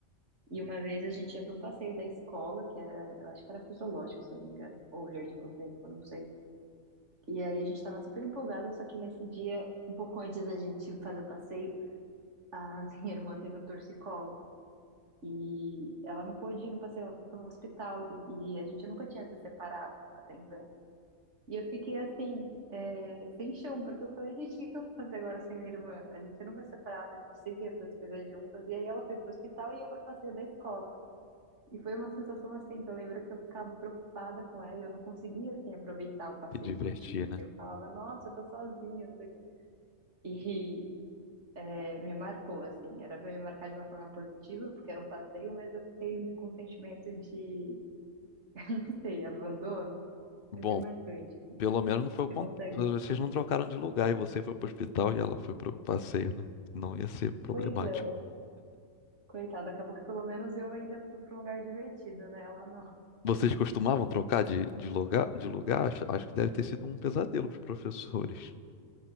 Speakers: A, on the right (about 60°); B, on the left (about 50°).
A: E uma vez a gente ia para um passeio da escola, que era, eu acho que era pro zoológico, se eu não me engano, ou Jardim Botânico, eu não sei. E aí a gente tava super empolgada, só que nesse dia, um pouco antes da gente fazer o passeio, a <laughs> minha irmã teve um torcicolo. E ela não pôde ir no passeio, ela foi para um hospital e, e a gente nunca tinha se separado até então. E eu fiquei assim, é, sem chão, porque eu falei, gente, o que que eu vou fazer agora sem minha irmã? A gente nunca separava, a gente sempre ia para as coisas juntas. E aí ela foi para o hospital e eu para o passeio da escola. E foi uma sensação assim, que eu lembro que eu ficava preocupada com ela e eu não conseguia assim, aproveitar o passeio
B: Se divertir,
A: e curtir, porque
B: né?
A: eu falava, nossa, eu tô sozinha, não sei o quê. E é, me marcou, assim, era pra me marcar de uma forma positiva, porque era um passeio, mas eu fiquei com um sentimento de, <laughs> não sei, abandono.
B: Bom,
A: Foi bem marcante, assim.
B: pelo menos não foi o contrário.
A: Você consegue.
B: Vocês não trocaram de lugar e você foi pro hospital e ela foi pro passeio, né? Não ia ser problemático.
A: Pois é, coitada, acabou que pelo menos eu ainda fui pra um lugar divertido, né? Ela não.
B: Vocês costumavam trocar de, de lugar, de lugar? Acho, acho que deve ter sido um pesadelo para os professores.